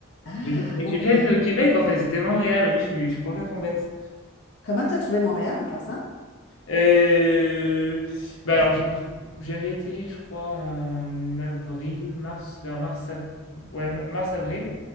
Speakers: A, on the left; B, on the left.
A: Ah,
B: J'ai bi- et
A: Montréal.
B: j'ai bien été au Québec, en fait, c'était Montréal. Oui, je suis, je suis complètement bête.
A: Comment t'as trouvé Montréal en passant?
B: Euh, bah alors, j'ai- du coup, j'avais été, je crois, en avril, mars, vers mars, av- ouais, ma- mars, avril.